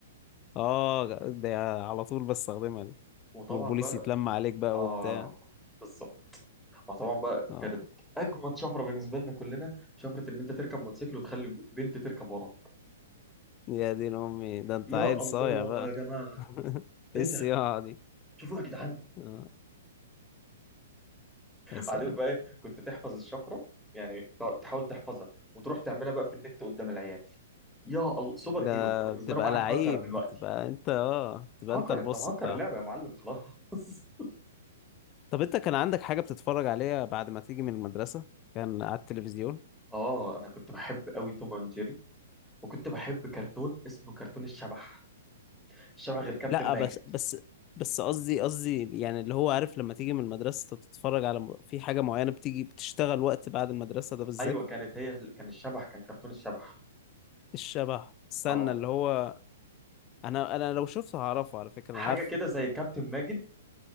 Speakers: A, on the left (about 30°); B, in the centre.
A: آه، ده على طول بستخدمها دي
B: وطبعا
A: والبوليس
B: بقى
A: يتلم عليك بقى
B: اه
A: وبتاع
B: بالظبط ما طبعا بقى
A: اه
B: كانت اجمد شفره بالنسبه لنا كلنا شفره ان انت تركب موتوسيكل وتخلي بنت تركب وراك
A: يا دين امي ده انت
B: يا
A: عيل
B: الله
A: صايع بقى
B: يا جماعه
A: <laughs> ايه
B: ايه ده
A: الصياعه دي
B: شوفوا يا جدعان
A: اه يا سلام
B: بعدين بقى ايه كنت تحفظ الشفره يعني تع- تحاول تحفظها وتروح تعملها بقى في النت قدام العيال يا الله سوبر
A: ده
B: هيرو انت بالنسبه
A: بتبقى
B: لهم قاعد
A: لعيب
B: هاكر دلوقتي
A: بتبقى انت اه بتبقى
B: هكر
A: انت البص
B: انت مهكر
A: بتاعه
B: اللعبه يا معلم خلاص <laughs>
A: طب انت كان عندك حاجة بتتفرج عليها بعد ما تيجي من المدرسة كان على التلفزيون
B: اه انا كنت بحب قوي توم اند جيري وكنت بحب كرتون اسمه كرتون الشبح الشبح غير كابتن
A: لا
B: ماجد
A: بس بس بس قصدي قصدي يعني اللي هو عارف لما تيجي من المدرسة انت بتتفرج على م... في حاجة معينة بتيجي بتشتغل وقت بعد المدرسة ده بالذات
B: ايوه كانت هي كان الشبح كان كرتون الشبح
A: الشبح استنى
B: اه
A: اللي هو انا انا لو شفته هعرفه على فكرة
B: حاجه
A: انا عارفه
B: كده زي كابتن ماجد